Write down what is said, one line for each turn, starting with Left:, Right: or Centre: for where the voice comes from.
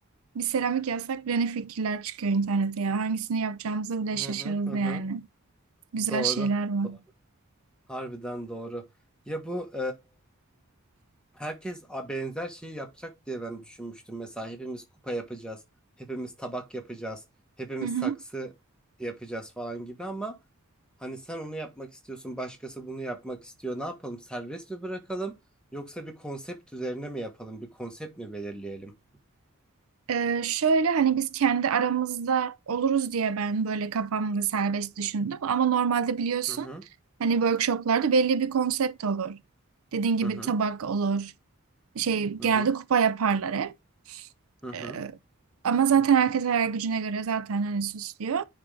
Right: bir seramik yazsak bile ne fikirler çıkıyor internete ya. Hangisini yapacağımızı bile
Centre: Hı
Right: şaşırırız
Centre: hı hı.
Right: yani.
Centre: hı.
Right: Güzel
Centre: Doğru.
Right: şeyler var.
Centre: Doğru. Harbiden doğru. Ya bu herkes a- benzer şeyi yapacak diye ben düşünmüştüm. Mesela hepimiz kupa yapacağız, hepimiz tabak yapacağız, hepimiz
Right: Hı hı.
Centre: saksı yapacağız falan gibi ama hani sen onu yapmak istiyorsun, başkası bunu yapmak istiyor. Ne yapalım? Serbest mi bırakalım yoksa bir konsept üzerine mi yapalım? Bir konsept mi belirleyelim?
Right: Ee, şöyle hani biz kendi aramızda oluruz diye ben böyle kafamda serbest düşündüm. Ama normalde biliyorsun
Centre: Hı hı
Right: hani workshoplarda belli bir konsept olur. Dediğin gibi
Centre: hı hı
Right: tabak olur. Şey genelde
Centre: hı
Right: kupa yaparlar hep.
Centre: hı hı
Right: Ee,
Centre: hı
Right: ama zaten herkes hayal gücüne göre zaten hani süslüyor.